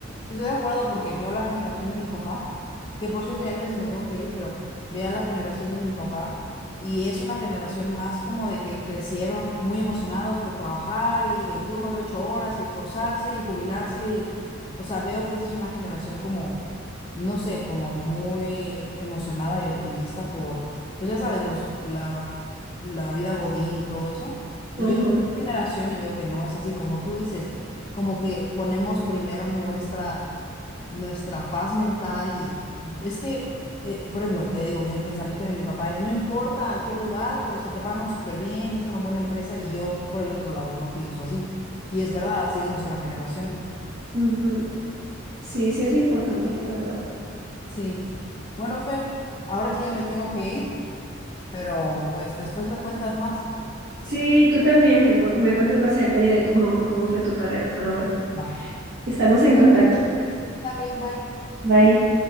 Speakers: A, on the left; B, on the right.
A: Estoy de acuerdo porque veo la generación de mi papá, que por cierto ya casi me tengo que ir, pero veo la generación de mi papá y es una generación más como de que crecieron muy emocionados por trabajar y el turno de ocho horas y esforzarse y jubilarse y, o sea, veo que esa es una generación como, no sé, como muy emocionada y optimista por, pues ya sabes, los, la, la vida Godín y todo eso. Y
B: Ajá.
A: yo veo mi generación y veo que no es así, como tú dices, como que ponemos primero nuestra nuestra paz mental y, y es que, eh, por ejemplo, te digo, el pensamiento de mi papá es, no importa a qué lugar, pero si te pagan súper bien, es una buena empresa y yo por el otro lado no pienso así. Y es verdad, así es nuestra generación.
B: Ujú. Sí, sí es importante, la verdad.
A: Sí. Bueno, Fer, ahora sí ya me tengo que ir, pero pues después me cuentas más.
B: Sí, tú también. Me, pu- me cuentas más a detalle de cómo, cómo fue tu carrera, pero bueno,
A: Va.
B: estamos en contacto.
A: Sí, está bien, bye.
B: Bye.